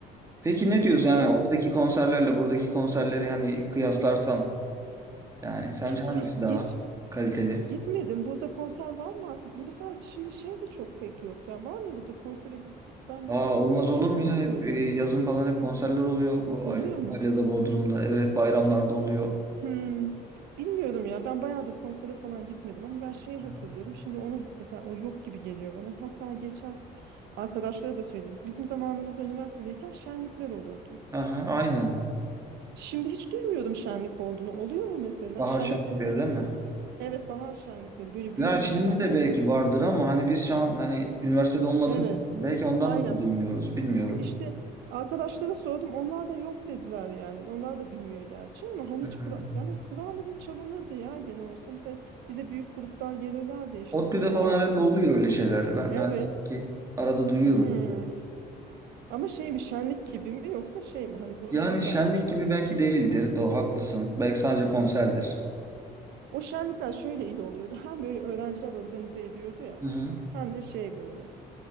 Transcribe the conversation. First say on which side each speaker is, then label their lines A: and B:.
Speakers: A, on the right; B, on the right.
A: Peki ne diyorsun yani
B: Ya
A: oradaki konserlerle buradaki konserleri hani kıyaslarsan yani sence
B: ya
A: hangisi
B: ya
A: daha
B: git
A: kaliteli?
B: gitmedim burada konser var mı artık? Mesela şimdi şey de çok pek yok ya var mı burada konsere git? Ben
A: Aa
B: bayağı da
A: olmaz
B: Türkiye'de
A: olur mu
B: gitmedim.
A: ya? Hep e, yazın falan hep konserler oluyor. Bu
B: Oluyor
A: Antalya'da,
B: mu?
A: Bodrum'da evet bayramlarda oluyor.
B: Hmm, Bilmiyorum ya ben bayağı da konsere falan gitmedim ama ben şeyi hatırlıyorum.
A: Aha,
B: Şimdi onu mesela o yok gibi geliyor bana. Hatta geçen arkadaşlara da söyledik. Bizim zamanımızda üniversitedeyken şenlikler olurdu.
A: Aha, aynen.
B: Şimdi hiç duymuyordum şenlik olduğunu. Oluyor mu mesela?
A: Bahar
B: Şenlikte
A: şenlikleri
B: de böyle
A: değil mi?
B: evet bahar şenlikleri böyle büyük
A: Ya şimdi
B: gruplar mesela
A: de belki vardır ama hani biz şu an hani üniversitede olmadığımız
B: evet
A: için belki ondan
B: aynen
A: mı duymuyoruz bilmiyorum.
B: işte arkadaşlara sordum onlar da yok dediler yani onlar da bilmiyor gerçi ama hani
A: Hmm.
B: hiç kula yani kulağımıza çalınırdı ya gene olsa mesela bize büyük gruplar gelirlerdi işte
A: ODTÜ'de
B: dumandı
A: falan herhalde
B: mı
A: oluyor öyle şeyler. Ben
B: evet
A: hani sanki arada duyuyorum.
B: hmm. Ama şey mi şenlik gibi mi yoksa şey mi hani grupları
A: Yani şenlik
B: belki çağırıyorlardı
A: gibi belki değildir. Doğru haklısın. Belki sadece konserdir.
B: O şenlikler şöyle iyi oluyordu. Hem böyle öğrenciler organize ediyordu ya.
A: Hı hı.
B: Hem de şey böyle.